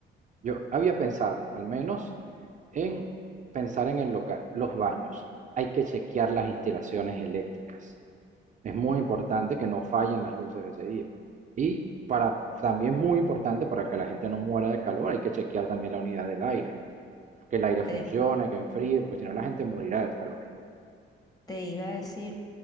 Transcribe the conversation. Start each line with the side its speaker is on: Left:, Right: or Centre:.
Right: Yo había pensado, al menos, en pensar en el local, los baños. Hay que chequear las instalaciones eléctricas. Es muy importante que no fallen las luces ese día. Y para, también muy importante para que la gente no muera de calor, hay que chequear también la unidad del aire, que el aire funcione,
Left: te,
Right: que enfríe, porque si no la gente morirá del calor.
Left: te iba a decir